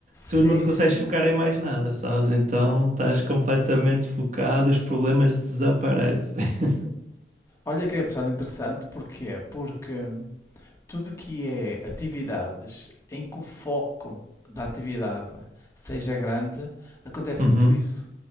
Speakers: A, on the left; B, on the right.
A: Sim,
B: tu não te consegues
A: sim.
B: focar em mais nada, sabes? Então estás completamente focado, os problemas desaparecem. <laughs>
A: Olha que é bastante interessante, porquê? Porque hum, tudo que é atividades em que o foco da atividade seja grande, acontece
B: Uhum,
A: muito isso.